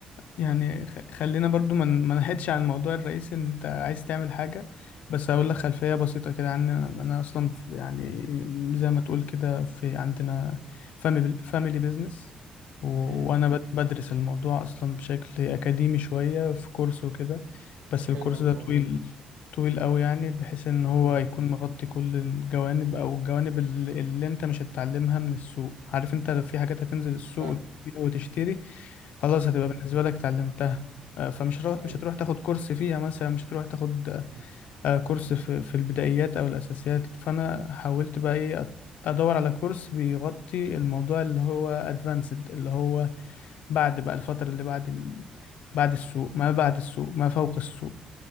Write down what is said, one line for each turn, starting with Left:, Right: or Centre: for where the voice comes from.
Left: يعني خ- خلينا برضو ما ن- ما نحيدش عن الموضوع الرئيسي ان انت عايز تعمل حاجة بس هقول
Right: امم
Left: لك خلفية بسيطة كده عني انا أنا اصلا في يعني زي ما تقول كده في عندنا فاميلي فاميلي بيزنس وانا
Right: امم
Left: بد- بدرس الموضوع اصلا بشكل اكاديمي شوية في كورس وكده بس
Right: حلو
Left: الكورس
Right: قوي
Left: ده
Right: الموضوع
Left: طويل
Right: ده
Left: طويل قوي يعني بحيث ان هو
Right: امم
Left: يكون مغطي كل الجوانب او الجوانب ال- اللي انت مش هتتعلمها من السوق عارف انت لو في حاجات هتنزل السوق
Right: فاهم
Left: وتبيع وتشتري خلاص
Right: امم
Left: هتبقى بالنسبة لك اتعلمتها آه، فمش هتروح مش
Right: ايوه
Left: هتروح تاخد كورس فيها مثلا مش هتروح تاخد
Right: مم.
Left: آه، كورس في في البدايات أو الأساسيات فأنا حاولت بقى إيه أت- أدور على كورس بيغطي الموضوع اللي هو أدفانسد اللي هو بعد بقى الفترة اللي بعد ال... بعد السوق ما بعد السوق ما فوق السوق